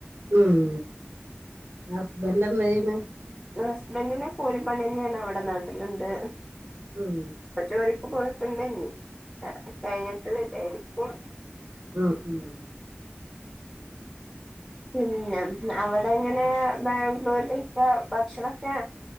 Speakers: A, on the right; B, in the centre.
A: ഉം ഹസ്ബന്റെന്തെയ്യ്ണ്
B: ഹസ്ബന്റിന് കൂലിപ്പണിന്നെണ് വടെ നാട്ടില്ണ്ട്
A: ഉം
B: പ്പൊ ജോലിക്ക് പോയിട്ട്ണ്ടേനി <unintelligible> കയ്ഞ്ട്ട് വെരാര്ക്കും
A: ഉം ഉം
B: പിന്നെ അവടെങ്ങനെ ബാംഗ്ലൂരിലൊക്കെ ഭക്ഷണം എ